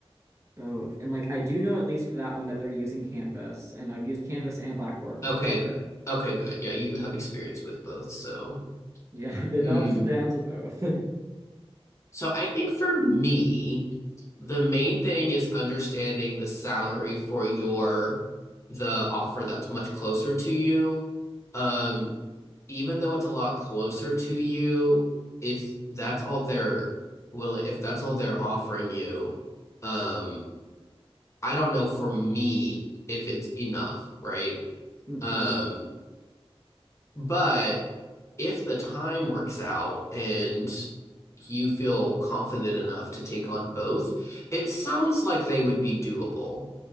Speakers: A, on the right; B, on the left.
A: both? And like I do know at least for that one that they're using Canvas, and I've used Canvas and Blackboard before.
B: Okay. Okay, good. Yeah, you have experience with both, so
A: Yeah, <laughs> the,
B: hmm.
A: the ups and downs of both.
B: So I think for me, the main thing is understanding the salary for your the offer that's much closer to you. Um, even though it's a lot closer to you, if that's all they're will if that's all they're offering you, um, I don't know for me if it's enough, right?
A: <laughs> hmm
B: Um, but if the time works out and you feel confident enough to take on both, it sounds like they would be doable